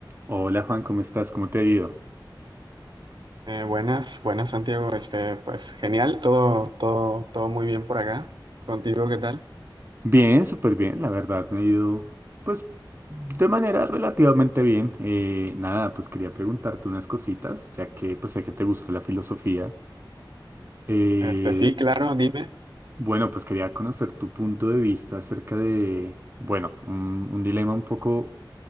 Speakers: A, on the right; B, on the right.
A: Hola Juan, ¿cómo estás? ¿Cómo te ha ido?
B: Eh, buenas, buenas Santiago, este, pues genial, todo, todo, todo muy bien por acá. Contigo, ¿qué tal?
A: Bien, súper bien, la verdad me ha ido pues de manera relativamente bien. Eh, nada, pues quería preguntarte unas cositas, ya que pues sé que te gusta la filosofía. Eh,
B: Este, sí, claro, dime.
A: bueno, pues quería conocer tu punto de vista acerca de, bueno, un, un dilema un poco